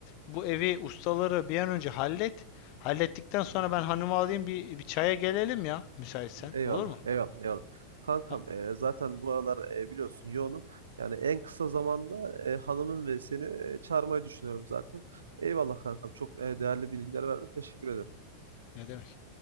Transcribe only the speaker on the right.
Evet.
Eyvallah.
Eyvallah. Eyvallah. Kankam
e, zaten bu aralar e, biliyorsun yoğunum. Yani en kısa zamanda e, hanımın ve seni e, çağırmayı düşünüyorum zaten. Eyvallah kankam. Çok e, değerli bilgiler verdin. Teşekkür ederim.